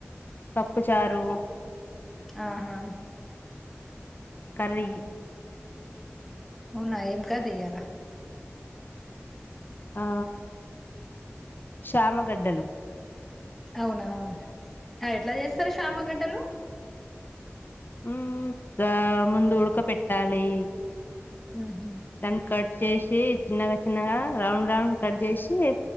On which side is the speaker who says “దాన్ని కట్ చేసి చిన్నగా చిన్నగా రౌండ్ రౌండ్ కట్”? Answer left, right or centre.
Left